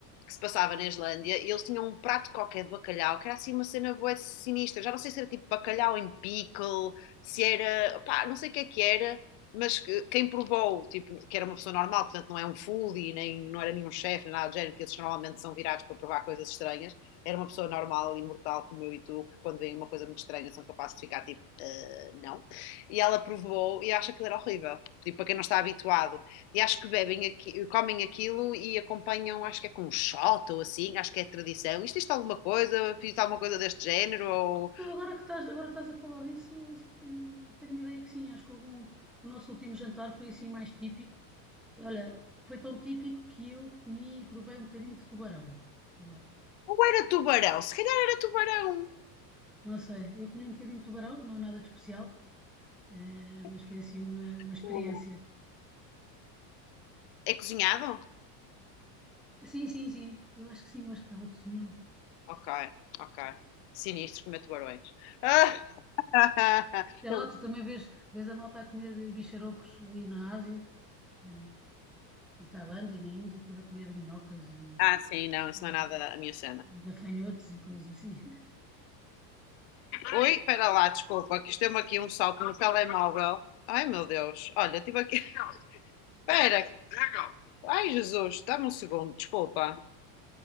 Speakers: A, on the left; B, in the centre.
A: que se passava na Islândia e eles tinham um prato qualquer de bacalhau que era assim uma cena boa sinistra. Já não sei se era tipo bacalhau em pickle, se era, pá, não sei o que é que era, mas que- quem provou, tipo, que era uma pessoa normal, portanto não é um foodie, nem não era nenhum chefe, nem nada do género, que esses normalmente são virados para provar coisas estranhas. Era uma pessoa normal e mortal como eu e tu, que quando vem uma coisa muito estranha são capazes de ficar tipo, "Ah, não. E ela provou e acha que aquilo era horrível. Tipo, para quem não está habituado. E acho que bebem aqui, eh, comem aquilo e acompanham, acho que é com um shot ou assim, acho que é tradição. Isto isto alguma coisa, fiz alguma coisa deste género, ou,
B: Não, agora que estás, agora que estás a falar disso, se que- tenho ideia que sim. Acho que houve um, o nosso último jantar foi assim mais típico. Olha, foi tão típico que eu comi e provei um bocadinho de tubarão. Sei lá, tu-
A: ou era tubarão, se calhar era tubarão.
B: não sei, eu comi um bocadinho de tubarão, não é nada de especial, eh,
A: É
B: mas foi assim uma, uma experiência.
A: cozinhado? É cozinhado?
B: Sim, sim, sim. Eu acho que sim, eu acho que estava cozinhado.
A: Ok, ok. Sinistro comer tubarões. Ah, <laughs>
B: Sei
A: Ele-
B: lá, tu também vês, vês a malta a comer bicharocos aí na Ásia, eh, na Tailândia, na Índia, tudo a comer minhocas e,
A: ah, sim, não, isso
B: e,
A: não é nada a minha cena.
B: e gafanhotos e coisas assim. <laughs>
A: Oi, espera lá, desculpa, que isto deu-me aqui um salto no telemóvel. Ai meu Deus, olha, tive aqui. Espera. Legal. Ai, Jesus, dá-me um segundo, desculpa.